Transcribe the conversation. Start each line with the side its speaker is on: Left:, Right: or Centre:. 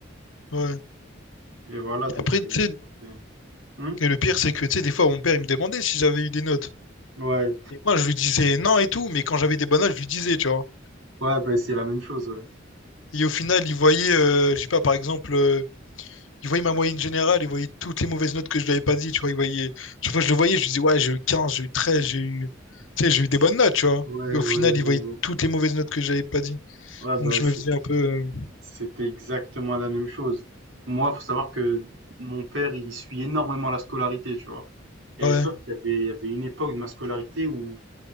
Left: ouais.
Right: et voilà, donc
Left: Et après,
Right: heu,
Left: tu sais,
Right: ouais, c'est mmh?
Left: et le pire, c'est que, tu sais, des fois, mon père, il me demandait si j'avais eu des notes.
Right: Ouais,
Left: Et moi, je lui disais non et tout, mais quand j'avais des bonnes notes, je lui disais, tu vois.
Right: ouais, bah, c'est la même chose, ouais.
Left: Et au final, il voyait, euh, je sais pas, par exemple, euh, il voyait ma moyenne générale, il voyait toutes les mauvaises notes que je lui avais pas dit, tu vois, il voyait, chaque fois que je le voyais, je lui disais, ouais, j'ai eu 15 j'ai eu 13 j'ai eu, tu sais, j'ai eu des bonnes notes, tu vois.
Right: Ouais,
Left: Et au final,
Right: ouais,
Left: il
Right: ouais.
Left: voyait toutes les mauvaises notes que j'avais pas dit.
Right: Ouais,
Left: Donc,
Right: bah,
Left: je
Right: c'est
Left: me faisais un peu,
Right: c'était exactement la même chose. Moi, faut savoir que mon père, il suit énormément la scolarité, tu vois? Et
Left: euh,
Right: sauf
Left: ouais.
Right: qu'il y avait il y avait une époque de ma scolarité où